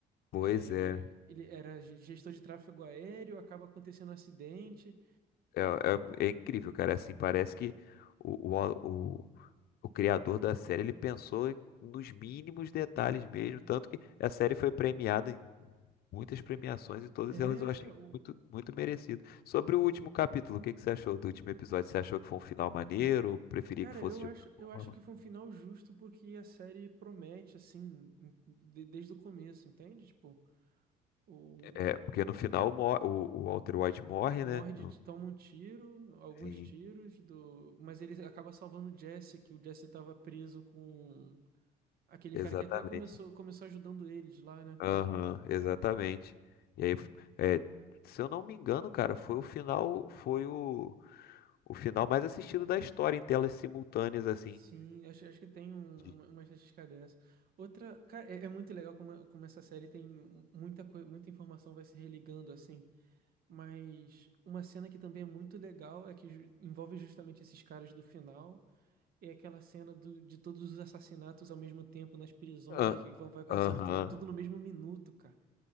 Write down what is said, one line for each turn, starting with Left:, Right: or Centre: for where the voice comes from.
Left: Pois
Right: é,
Left: é.
Right: ele era ge- gestor de tráfego aéreo, acaba acontecendo um acidente.
Left: É, é, é incrível, cara. É Assim, parece que o, o, o, o criador da série ele pensou em- nos mínimos detalhes mesmo. Tanto que a série foi premiada em muitas premiações e todas
Right: É,
Left: elas eu achei
Right: o,
Left: muito, muito merecido. Sobre o último capítulo, o que que você achou do último episódio? Você achou que foi um final maneiro ou preferia
Right: cara,
Left: que fosse
Right: eu
Left: de
Right: acho,
Left: outra
Right: eu
Left: forma?
Right: acho que foi um final justo porque a série promete, assim, em- de- desde o começo, entende? Tipo, o,
Left: É, porque no final mo- o, o Walter White morre,
Right: morre
Left: né?
Right: de,
Left: No-
Right: toma um tiro, alguns
Left: Sim,
Right: tiros, do, mas ele acaba salvando o Jesse, que o Jesse estava preso com aquele
Left: exatamente.
Right: cara que até começou, começou ajudando eles lá, né?
Left: Aham, exatamente. E aí, é, se eu não me engano, cara, foi o final, foi o, o final mais assistido da história em telas simultâneas, assim.
Right: Sim, acho, acho que tem um-
Left: De-
Right: uma, uma estatística dessa. Outra, cara, é, é muito legal como, como essa série tem mu- muita coisa, muita informação vai se religando assim. Mas uma cena que também é muito legal é que ju- envolve justamente esses caras do final. É aquela cena do, de todos os assassinatos ao mesmo tempo nas prisões,
Left: Ah,
Right: que vão, vai acontecendo
Left: Aham.
Right: tudo, tudo no mesmo minuto, cara.